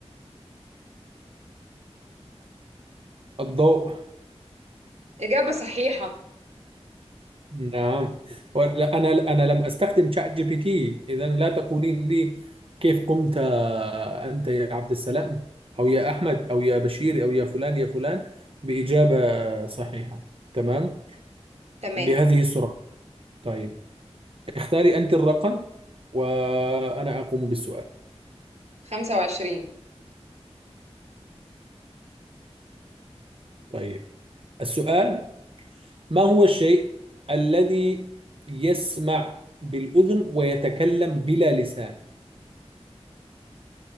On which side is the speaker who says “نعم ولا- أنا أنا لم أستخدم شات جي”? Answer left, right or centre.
Right